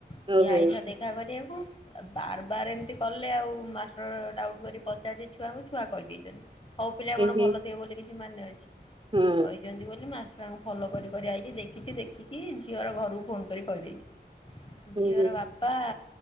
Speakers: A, on the left (about 30°); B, on the right (about 30°).
A: ସିଏ
B: ଓହୋ
A: ଆଇଲା ଦେଖା କରିବାକୁ ବାର ବାର ଏମିତି କଲେ ଆଉ ମାଷ୍ଟର ଡାଉଟ କରି ପଚାରେ ଛୁଆଙ୍କୁ ଛୁଆ କହିଦେଇଛନ୍ତି ହଉ ପିଲା କଣ
B: ଏହେ
A: ଭଲ ଥିବ ବୋଲି କିଛି ମାନେ ଅଛି
B: ହଁ
A: କହିଛନ୍ତି ବୋଲି ମାସ ତାଙ୍କୁ ଫଲ କରିିକରି ଆଇକି ଦେଖି କିଛି ଦେଖିକି ଝିଅର ଘରକୁ ଫୋନ କରି କହିଦେଇଛି
B: ହୁଁ
A: ଝିଅର ବାପା